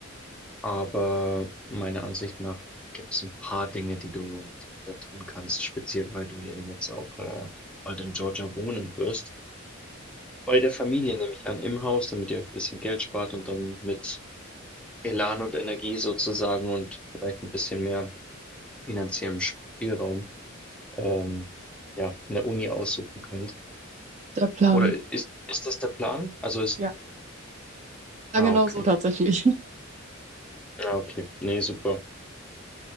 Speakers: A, in the centre; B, on the right.
A: aber meiner Ansicht nach gibt es ein paar Dinge, die du die du da tun kannst, speziell weil du ja jetzt auch, äh, bald in Georgia wohnen wirst. Bei der Familie nehme ich an, im Haus, damit ihr ein bisschen Geld spart und dann mit Elan und Energie sozusagen und vielleicht ein bisschen mehr finanziellen Spielraum, ähm, ja, 'ne Uni aussuchen könnt.
B: Der Plan.
A: Oder ist ist das der Plan? Also ist
B: Ja. Ja,
A: ah,
B: genau
A: okay.
B: so tatsächlich.
A: Ja, okay. Ne, super.